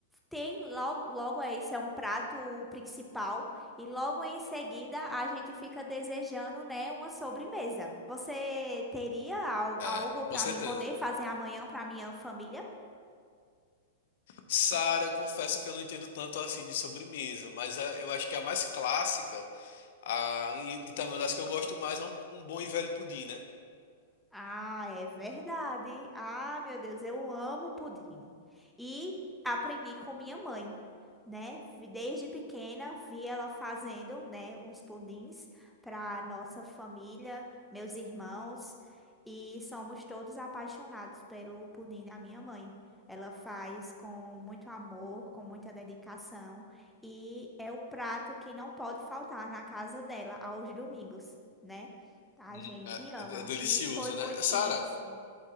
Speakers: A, in the centre; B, on the left.
A: tem logo, logo é, esse é um prato principal e logo em seguida a gente fica desejando, né, uma sobremesa. Você teria al-
B: É,
A: algo para
B: com certeza.
A: mim poder fazer amanhã para minha família?
B: Sara, eu confesso que eu não entendo tanto assim de sobremesa, mas é- eu acho que a mais clássica, a, e, e também uma das que eu gosto mais, é um, um bom e velho pudim, né?
A: Ah, é verdade. Ah, meu Deus, eu amo pudim. E aprendi com minha mãe, né? Vi- Desde pequena vi ela fazendo, né, os pudins para nossa família, meus irmãos, e somos todos apaixonados pelo pudim da minha mãe. Ela faz com muito amor, com muita dedicação, e é o prato que não pode faltar na casa dela aos domingos, né? A
B: Hum.
A: gente
B: É,
A: ama.
B: é delicioso,
A: E foi muito
B: né? Sara,
A: isso.